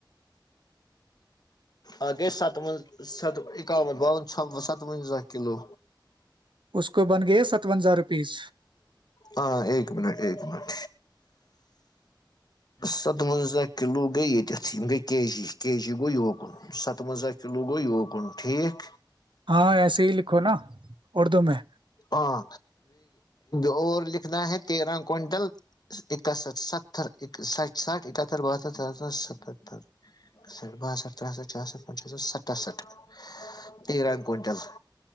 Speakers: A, on the left; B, on the right.
A: آ گئے ساتو س اکامت ب سات وزہ کلو
B: اس کو بن گیا ستوزہ روپیز
A: ہاں ایک منٹ ایک منٹ ساتونزاہ کلو گے یتھ ہم گے کےے جی کےے جی گوو وکن ساتوزاہ کلو گوو وکن ٹھیک
B: ہاں ایسے ہی لکھو نا اردو میں
A: ہاں اور لکھنا ہے تیرا کونٹل دن کا ہے سٹ ساٹ اکہتر ب ستر ستتر س س ستاسٹھ تیران کوئنٹل